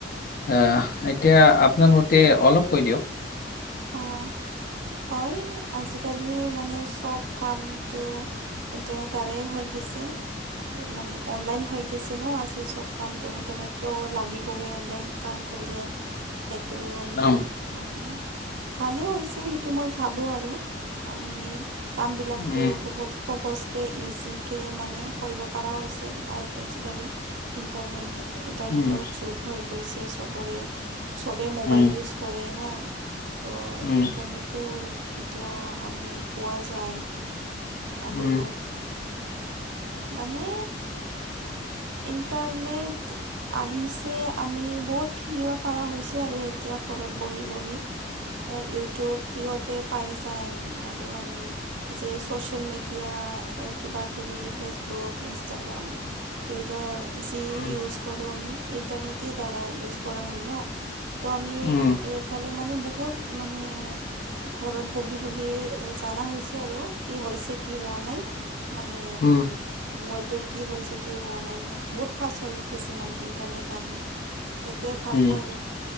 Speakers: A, on the left; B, on the right.
A: আহ এতিয়া আপোনাৰ মতে অলপ কৈ দিয়ক।
B: অ' হয় আজিকালি মানে চব কামটো এতিয়া তাৰেই হৈ গৈছে। মানে অনলাইন হৈ গেছে ন' আজি চব কামটো ইণ্টাৰনেটটোও লা লাগিবই অনলাইন কাম কৰিলে, সেইটো আমি
A: উম,
B: মানে ভালেই হৈছে সেইটো মই ভাবোঁ আৰু, আমি কামবিলাকতো
A: উম,
B: বহুত সহজকৈ ইজিকৈ মানে কৰিব পাৰা হৈছে আ-আজিকালি। ইণ্টাৰনেট ইণ্টাৰনেটৰ
A: উম,
B: যোগ হৈ গৈছে চবৰে, চবেই মোবাইল
A: উম,
B: ইউজ কৰে ন'। ত'
A: উম,
B: ইণ্টাৰনেটটো এতিয়া আমি পোৱা যায়। আৰু,
A: উম,
B: মানে ইণ্টাৰনেট আহিছে আমি বহুত শিকিব পৰা হৈছে আৰু এতিয়া ঘৰত বহি বহি। অ' ইউটিউব ফ্ৰীহতে পাই যায় আৰু আমি যে ছচিয়েল মিডিয়া অ' কিবা কিবি ফেচবুক, ইনষ্টটাগ্ৰাম। টুইটাৰ যি
A: উম,
B: ইউজ কৰোঁ আমি ইণ্টাৰনেটৰ দ্বাৰা ইউজ কৰা হয় ন'। ত' আমি
A: উম।
B: এইফালে মানে বহুত মানে ঘৰত বহি বহি জানা হৈছে আৰু কি হৈছে কি হোৱা নাই। মানে
A: উম,
B: ৱৰ্ল্ডৰ কি হৈছে কি হোৱা নাই বহুত ফাষ্ট হৈ গৈছে মানে ইণ্টাৰনেট আহি। সেইটোৱে ভাবোঁ
A: উম,
B: আৰু,